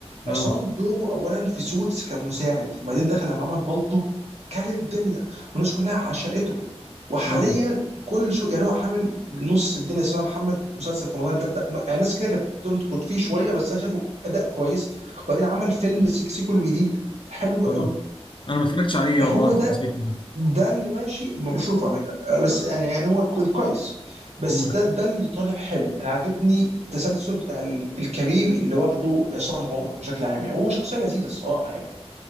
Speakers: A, on the left (about 50°); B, on the right (about 80°).
A: اه
B: عصام دوره اولا في سوتس كان مساعد وبعدين دخل لما عمل بالطو كل الدنيا والناس كلها عشقته وحاليا
A: اه
B: كل شو يعني هو حامل نص الدنيا اسمها محمد مسلسل في رمضان اللي فات ده يعني ناس كده كانت بتنتقد فيه شويه بس انا شايفه اداء كويس وبعدين عمل فيلم سيكسيكو الجديد حلو
A: اه
B: قوي
A: انا ما اتفرجتش عليه
B: فهو
A: والله
B: ده
A: سيكو سيكو ده
B: ده اللي ماشي مشروف على فكره آه، بس يعني يعني هو كو- كويس بس
A: مم.
B: ده ده اللي طالع حلو انا عاجبني التسلسل بتاع ال- الكارير اللي واخده عصام عمر بشكل عام يعني هو شخصيه لذيذه الصراحه يعني